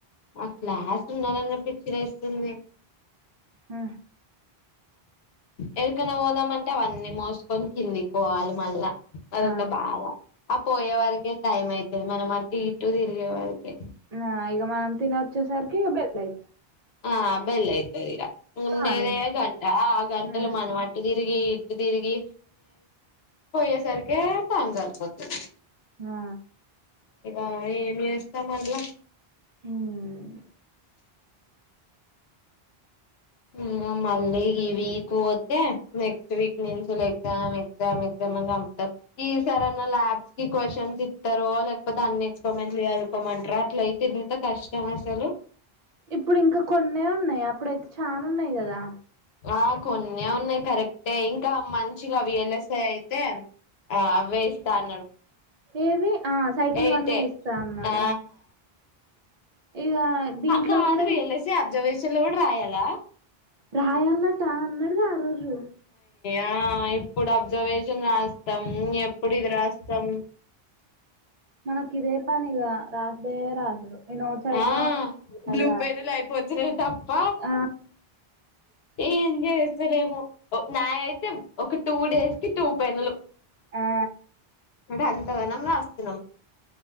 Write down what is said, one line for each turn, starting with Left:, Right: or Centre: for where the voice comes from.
Left: ఆ క్లాస్ల ఉండాలన్న పిచ్చి లేస్తుంది
Right: ఆ
Left: ఏడికన్న పోదామంటే అవన్నీ మొస్ కొని కిందికొవాలి మల్ల అదొక
Right: ఆ
Left: బాధ ఆ పోయే వరకే టైం అయితది మనం అటు ఇటు తిరిగే వరికె
Right: ఆ ఇగ మనం తినొచ్చేసరికి బెల్ ఐ
Left: ఆ బెల్ ఐతది ఇగ ఉండేదే
Right: కానీ
Left: గంట ఆ గంటల
Right: హ్మ్.
Left: మనం అటు ఇటు అటు తిరిగి ఇటు తిరిగి పోయేసరికి టైం సరిపోతది
Right: ఆ
Left: ఆ ఏం చేస్త మల్ల
Right: ఉమ్
Left: ఇగ మళ్ళీ ఈ వీక్ పోతే నెక్స్ట్ వీక్ వొతే ఎగ్జామ్ ఎగ్జామ్ ఎగ్జామ్ అని చంపుతరు ఈ సారీ అన్న ల్యాబ్స్ కి క్వషన్స్ ఇస్తారో లేకపోతే అన్ని ఎక్స్పరిమెంట్స్ చదువుకోమంటరో అట్లయితే ఎంత కష్టం అసలు
Right: ఇప్పుడు ఇంకా కొన్ని ఉన్నాయి అప్పుడైతే చా ఉన్నాయి కదా
Left: ఆ కొన్ని ఉన్నాయి కరెక్టే ఇంకా మంచిగా అవేలసాయి అయితే ఆ అవే ఇస్తా అన్నాడు
Right: ఏవి ఆ సైకిల్
Left: ఎయిటే
Right: వన్ ఇస్తా అన్నాడు
Left: ఆ
Right: ఇగ దీంట్లో
Left: కాదు
Right: కూడా
Left: విఎల్ఐసి అబ్జర్వేషన్ స కుడా రాయాల
Right: రాయాలట అన్నాడుగా ఆ రోజు
Left: ఆ ఇప్పుడు అబ్జర్వేషన్ రాస్తాం ఎప్పుడు ఇది రాస్తాం
Right: మనకి ఇదే పనిగా రాసుడే రాసుడు ఈ నోట్స్ అయిపో
Left: ఆ బ్లూ
Right: అది రా
Left: పెన్లు అయిపోతున్నాయి తప్ప
Right: ఆ
Left: ఏం చేస్తలేము నా అయితే ఒక టూ డేస్ కి టూ పెన్నులు
Right: ఆ
Left: అడ తగనం రాస్తున్నాం